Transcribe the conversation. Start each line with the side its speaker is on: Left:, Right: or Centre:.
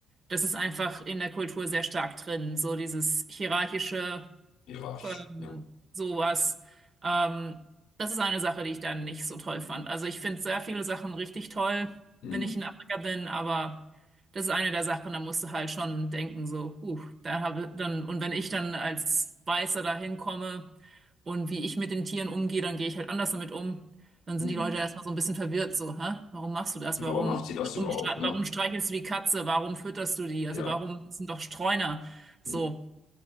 Right: das ist einfach in der Kultur sehr stark drin. So dieses hierarchische,
Left: Hierarchisch,
Right: ähm,
Left: ja.
Right: sowas. Ähm, das ist eine Sache, die ich dann nicht so toll fand. Also ich finde sehr viele Sachen richtig toll,
Left: Mhm.
Right: wenn ich in Afrika bin, aber das ist eine der Sachen, da musst du halt schon denken, so, huh, da habe dann, und wenn ich dann als Weißer da hinkomme und wie ich mit den Tieren umgehe, dann gehe ich halt anders damit um. Dann
Left: Mhm.
Right: sind die Leute erstmal so ein bisschen verwirrt, so, hä? Warum machst du das?
Left: Warum
Right: Warum,
Left: macht sie das
Right: warum,
Left: überhaupt,
Right: stre-
Left: ne?
Right: warum streichelst du die Katze? Warum fütterst du die?
Left: Ja,
Right: Also warum das sind doch Streuner? So.
Left: mhm.